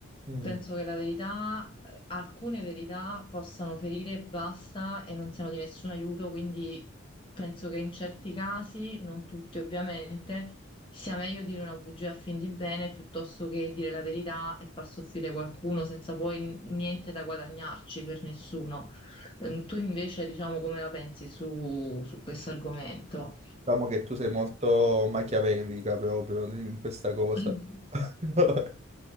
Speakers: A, on the right; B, on the left.
A: Mm.
B: Penso che la verità, alcune verità possano ferire e basta e non siano di nessun aiuto, quindi penso che in certi casi, non tutti ovviamente, sia meglio dire una bugia a fin di bene piuttosto che dire la verità e far soffrire qualcuno senza poi n- niente da guadagnarci per nessuno. Ehm, Tu invece, diciamo, come la pensi su, su questo argomento?
A: Diciamo che tu sei molto machiavellica proprio in questa cosa.
B: Sì,
A: <laughs>